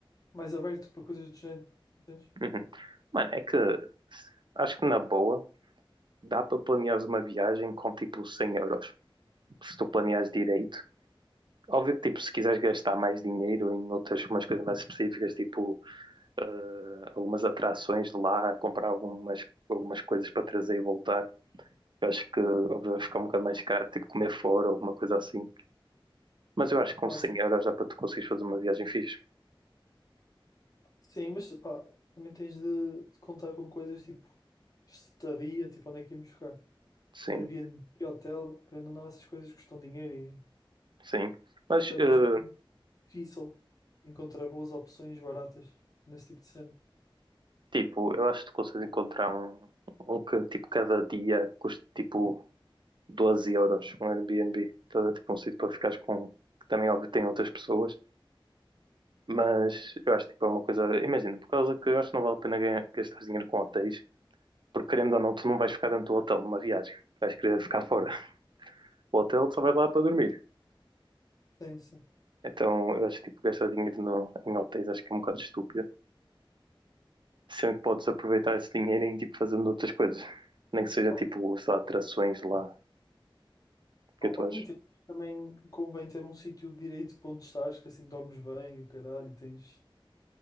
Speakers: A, on the left; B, on the right.
A: mais aberto para coisas do género, entendes?
B: Uhum. Mano, é que acho que na boa dá para planeares uma viagem com tipo 100 euros, se tu planeares direito. Óbvio que tipo, se quiseres gastar mais dinheiro em outras umas coisas mais específicas, tipo eh, algumas atrações de lá, comprar algumas, algumas coisas para trazer e voltar, eu acho que óbvio, vai ficar um bocado mais caro, tipo comer fora, alguma coisa assim. Mas eu acho que com
A: Pá,
B: 100 euros dá para tu conseguires fazer uma viagem fixe.
A: sim, mas pá, também tens de, de contar com coisas tipo estadia, tipo onde é que íamos ficar.
B: Sim,
A: Airbnb, hotel, querendo ou não, essas coisas custam dinheiro e
B: sim. Mas
A: cada
B: eh,
A: vez difícil encontrar boas opções baratas nesse tipo de cena.
B: Tipo, eu acho que tu consegues encontrar um, um que tipo cada dia custa tipo 12 euros, um Airbnb. Então é tipo um sítio para ficares com, que também óbvio tem outras pessoas, mas eu acho tipo, é uma coisa, imagina, por causa que eu acho que não vale a pena ganhar, gastar dinheiro com hotéis, porque querendo ou não, tu não vais ficar dentro do hotel numa viagem, vais querer ficar fora. O hotel só vais lá para dormir.
A: Sim, sim.
B: Então eu acho que tipo gastar dinheiro no, em hotéis acho que é um bocado estúpido. Sempre podes aproveitar esse dinheiro em tipo fazendo outras coisas. Nem que seja
A: Opa,
B: tipo, sei lá, atrações lá O
A: opa,
B: que é que tu achas?
A: entendo. Também convém ter um sítio direito para onde estás, que assim dormes bem, o caralho, e tens...